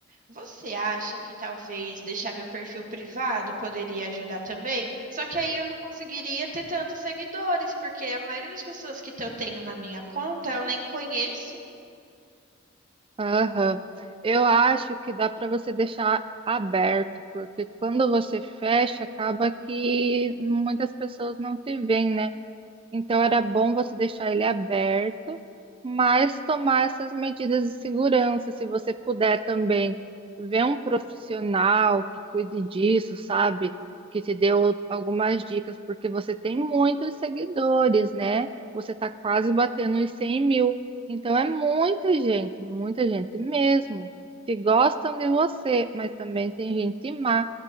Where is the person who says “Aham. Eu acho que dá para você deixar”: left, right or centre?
Right